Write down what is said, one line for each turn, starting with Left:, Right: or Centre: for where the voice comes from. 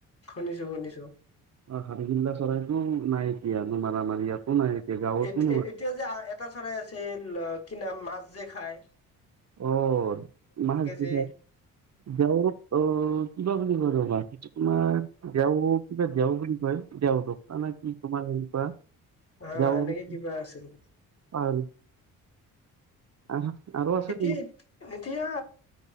Left: শুনিছো শুনিছো
Right: অ হাৰগিল্লা চৰাইটোো নাইক ইিয় নো মাৰামাৰী আাতো নাই এতিয়া গাঁৱতো
Left: এতি
Right: নাই
Left: এতিয়া যে এটা চৰাই আছিল কিনা মাছ যে খাই
Right: অ মা বি
Left: যে
Right: যও অ কিবা বুলি কৰবা তোমাৰ দেও কিবা দোও বুলি কয় দেও দ ন কি তোমাৰ হেৰিা
Left: অ
Right: যাও
Left: এনেকে কিবা আছিল
Right: আহ আৰু আছে
Left: এ এতিয়া